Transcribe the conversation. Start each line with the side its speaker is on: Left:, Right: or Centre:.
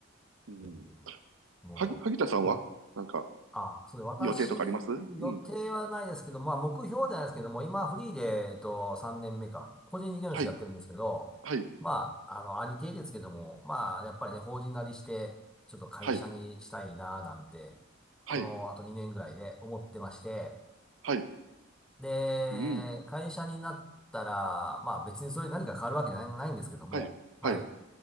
Right: うん。
Centre: ぜひぜひ。もう、
Right: はぎ、萩田さんはなんか、
Centre: あ、そうで、私、
Right: 予定とかありますうん。
Centre: 予定はないですけど、まあ、目標じゃないですけども、今、フリーで、えっと、3年目か、個人事業主やってるんですけど、
Right: はい、はい、
Centre: まあ、あの、ありていですけども、まあ、やっぱりね、法人なりして、ちょっと会社にしたいな、
Right: はい、
Centre: なんて、
Right: はい、
Centre: この、あと2年ぐらいで思ってまして、
Right: はい、
Centre: で、
Right: うん。
Centre: 会社になったら、まあ、別にそれ何か変わるわけじゃない、ないんですけども、
Right: はい、
Centre: はい。
Right: はい、